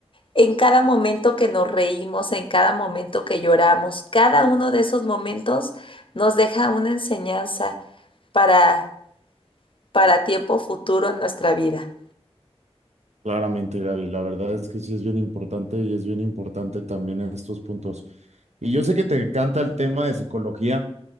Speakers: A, on the left; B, on the right.
A: en cada momento que nos reímos, en cada momento que lloramos, cada uno de esos momentos nos deja una enseñanza para, para tiempo futuro en nuestra vida.
B: Claramente, Gaby, la verdad es que sí es bien importante y es bien importante también estos puntos. Y yo sé que te encanta el tema de psicología.